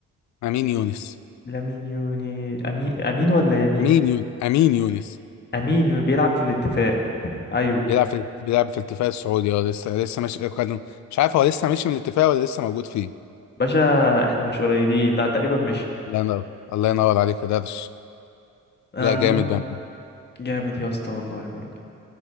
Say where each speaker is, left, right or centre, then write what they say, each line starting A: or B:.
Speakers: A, on the left; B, on the left.
A: امين يونس
B: لامين يوني أمين أمين ولا يمين
A: امين يونس امين يونس
B: أمين يو- بيلعب في الاتفاق أيوه
A: بيلعب في بيلعب في الاتفاق السعودي اه لسه لسه مش كان- مش عارف هو لسه ماشي من الاتفاق ولا لسه موجود فيه
B: باشا احنا مش قليلين لا تقريبا مش
A: الله ينور الله ينور عليك يا درش
B: آه،
A: لا
B: المهم
A: جامد بقى
B: جامد يا اسطى والله برضه